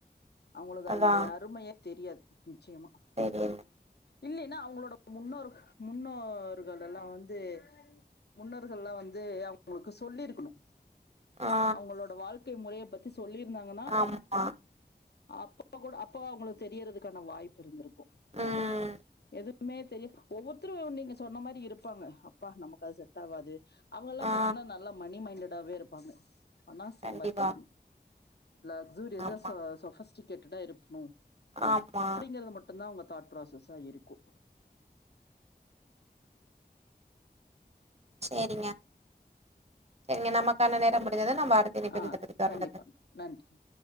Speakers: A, on the left (about 75°); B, on the right (about 40°).
A: அவங்களுக்கு
B: அதா
A: அதனுடைய அருமையே தெரியாது நிச்சயமா
B: <unintelligible>
A: இல்லைன்னா அவங்களோட முன்னோர் முன்னோர்கள் எல்லா வந்து முன்னோர்கள்லா வந்து அவங்களுக்கு சொல்லிருக்கணு
B: ஆ
A: அவங்களோட வாழ்க்கை முறைய பத்தி சொல்லிருந்தாங்கனா
B: ஆமா
A: அப்ப அப்ப கூட அப்ப அவங்களுக்கு தெரியருதுக்கான வாய்ப்பு இருந்திருக்கு
B: ம்
A: எது மே தெரியு ஒவ்வொருத்தரு நீங்க சொன்ன மாரி இருப்பாங்க அப்பா நமக்கு அது செட் ஆவாது அவங்கல்லா
B: ஆ
A: பாத்தீங்கன்னா நல்லா மணி மைன்டடாவே இருப்பாங்க நா சம்பாரிக்கனு
B: கண்டிப்பா
A: லக்ஸுரியஸா
B: ஆமா
A: சொ சொஃபஸ்டிகேட்டடா இருக்னு
B: ஆமா
A: அப்டிங்கறது மட்டுந்தா அவுங்க தாட் ப்ராசஸ்ஸா இருக்கு
B: சேரிங்க சேர்ங்க நமக்கான நேரம் முடிந்தது நம்ம அடுத்த
A: ஆ கண்டிப்பாங்க
B: <inaudible>
A: நன்றி